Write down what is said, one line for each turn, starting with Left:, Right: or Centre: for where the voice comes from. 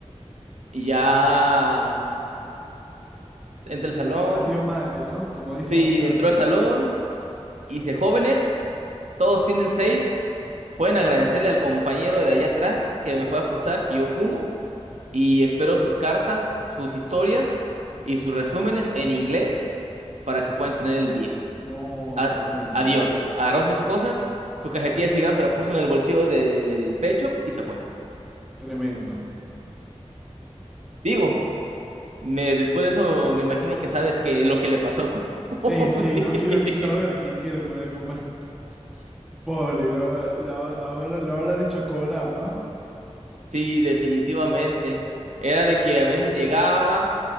Right: Y ya entra al salón.
Centre: valió madre, ¿no? Como dicen
Right: Sí,
Centre: allá.
Right: entró al salón Hice jóvenes, todos tienen seis. Pueden agradecerle al compañero de allá atrás que me fue a acusar que yo fumo y espero sus cartas, sus historias y sus resúmenes en inglés para que puedan tener el diez
Centre: No,
Right: A-
Centre: tremendo,
Right: adiós. Agarró sus cosas, su cajetilla de cigarros se la puso en el bolsillo del pecho y se fue.
Centre: tremendo.
Right: Digo, me, después de eso me imagino que sabes que lo que le pasó al joven. <laughs>
Centre: Sí, sí, no quiero ni saber qué hicieron con el compañero. Pobre, lo, habrá- lo ha- habrá- lo habrán hecho cobrar, ¿no?
Right: Sí, definitivamente. Era de que a veces llegaba